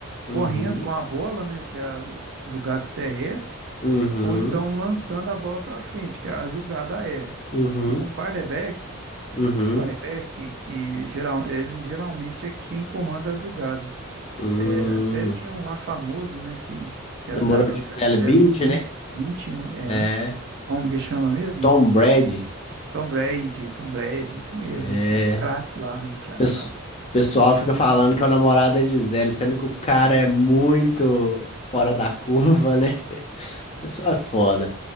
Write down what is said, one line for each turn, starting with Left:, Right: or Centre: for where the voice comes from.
Left: Uhum,
Right: correndo com a bola, né, que é a jogada terrestre,
Left: uhum,
Right: ou então lançando a bola para frente, que é a jogada aérea.
Left: uhum,
Right: O quarterback,
Left: uhum,
Right: quarterback que geral, ele geralmente é quem comanda as jogadas.
Left: hum.
Right: É, até tinha um lá famoso, né, que, que era
Left: Namorou
Right: casado
Left: de Gisele
Right: com a Gisele
Left: Bündchen,
Right: 20,
Left: né?
Right: 20, né?
Left: É,
Right: É. Como que chama mesmo?
Left: Tom Brady.
Right: Tom Brady, Tom Brady, isso mesmo.
Left: É.
Right: Era o craque lá, né? Cracaço.
Left: Pesso- pessoal fica falando que é o namorado é Gisele, sendo que o cara é muito fora da curva, né? O Pessoal é foda.